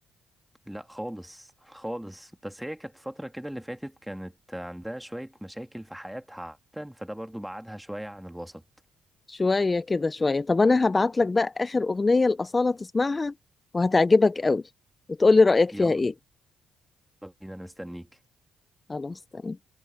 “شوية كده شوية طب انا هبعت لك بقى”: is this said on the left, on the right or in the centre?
Left